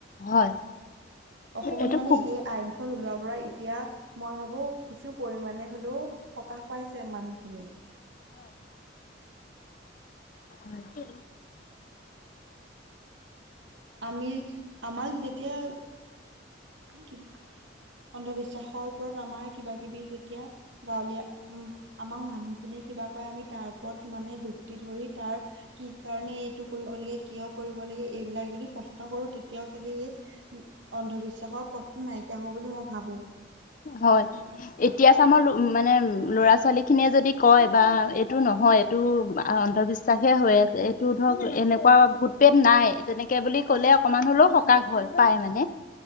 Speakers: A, on the left (about 45°); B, on the right (about 75°).
A: হয়
B: অসমত
A: এইটো
B: মানে
A: খুব
B: এই আইনখন ওলাব পৰা এতিয়া মই ভাবো কিছু পৰিমণে হলেও সকাহ পাইছে মানুহখিনি
A: মতি
B: আমি আমাক যে এতিয়া কি অন্ধবিশ্বাসৰ ওপৰত আমাৰ কিবা কিবি যেতিয়া গাৱলীয়া উম, আমাক মানুহখিনিয় কিবা কয় আমি তাৰ ওপৰত মানে যুক্তি ধৰি তাৰ কি কাৰণে এইটো কৰিব লাগে কিয় কৰিব লাগে এইবিলাক যদি প্ৰশ্ন কৰো তেতিয়াও চাগে এই অন্ধবিশ্বাসৰ পথটো নাইকিয়া হব বুলি মই ভাবো।
A: হয়, এতিয়া চামাৰ মানে ল'ৰা ছোৱালীখিনিয়ে যদি কয় বা এইটো নহয় এইটো। আৰু অন্ধবিশ্বাসে হৈ আছে এইটো ধৰক এনেকুৱা ভোটপেট নাই তেনেকৈ বুলি ক'লে অকণমান হ'লেও সকাহ হয় পায় মানে